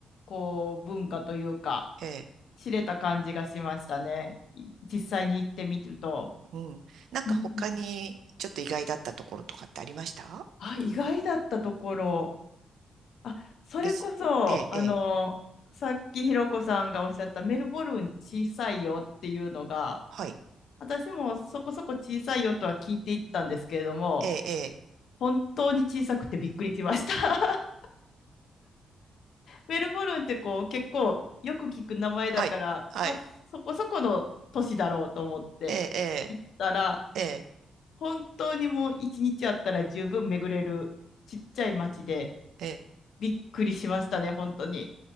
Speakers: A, on the left; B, on the right.
A: こう、文化というか、
B: ええ、
A: 知れた感じがしましたね。い実際に行ってみると。
B: うん。なんか他に、
A: うん。
B: ちょっと意外だったところとかってありました
A: あ、意外だったところ。あ、それこそ、
B: 別、ええ、ええ、
A: あの、さっきひろこさんがおっしゃったメルボルン小さいよっていうのが、
B: はい。
A: 私もそこそこ小さいよとは聞いていったんですけれども、
B: ええ、ええ、
A: 本当に小さくてびっくりしました。<laughs> メルボルンってこう結構よく聞く名前だから、
B: はい。はい。
A: まあ、そこそこの都市だろうと思って行ったら、
B: ええ、ええ、え
A: 本当にもう一日あったら十分巡れるちっちゃい街で
B: え、ええ
A: びっくりしましたね、本当に。